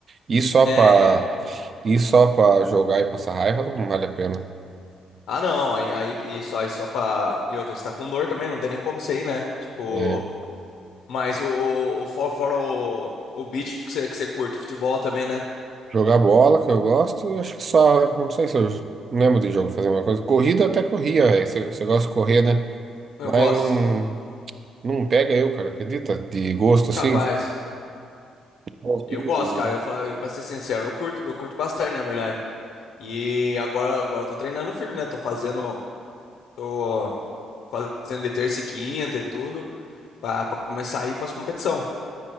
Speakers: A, on the right (about 45°); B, on the left (about 80°).
A: E só
B: É,
A: pra,
B: então.
A: e só pra jogar e passar raiva não vale a pena.
B: Ah, não, aí, aí, e só, e só pra. E outra, você tá com dor também, não tem nem como você ir, né? Tipo.
A: É,
B: Mas o, o, o fo- fora o, o beat que você, que você curte, futebol também, né?
A: jogar bola, que eu gosto, eu acho que só, né? Não sei se eu não lembro de jogo fazer uma coisa. Corrida eu até corria, velho. Você você gosta de correr, né?
B: Eu
A: Mas
B: gosto.
A: não, não pega eu, cara, acredita? De gosto
B: Capaz.
A: assim. Consigo.
B: Eu gosto, cara. Eu falo, eu pra ser sincero, eu curto, eu curto bastante, na verdade. E agora, agora eu tô treinando firme, né? Tô fazendo, tô fazendo de terça e quinta e tudo, pra, pra começar a ir pras competição.